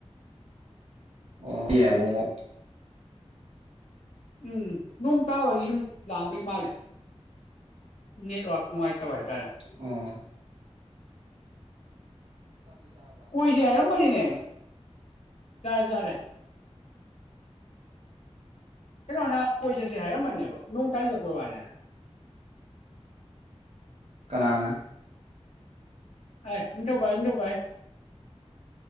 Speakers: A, on the right; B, on the left.
A: ꯑꯣ ꯃꯣꯃꯣ
B: ꯎꯝ ꯅꯣꯡ ꯇꯥꯕꯒꯤ ꯁꯨꯝ ꯂꯥꯡꯕꯩ ꯃꯥꯜꯂꯦ ꯅꯦꯠꯋꯥꯛ ꯅꯨꯡꯉꯥꯏꯇꯕ ꯍꯥꯏ
A: ꯑ
B: ꯀꯣꯏꯁ ꯍꯦꯔꯝꯝꯕꯅꯤꯅꯦ ꯆꯔꯦ ꯆꯥꯔꯦ ꯀꯩꯅꯣꯅ ꯀꯣꯏ ꯆꯠꯁꯦ ꯍꯥꯏꯔꯝꯕꯅꯦꯕ ꯅꯣꯡ ꯇꯥꯗꯤꯔꯛꯄꯩ ꯋꯥꯅꯤꯅ
A: ꯀꯅꯥꯅ
B: ꯑꯦ ꯏꯗꯣꯀ ꯏꯣ ꯀ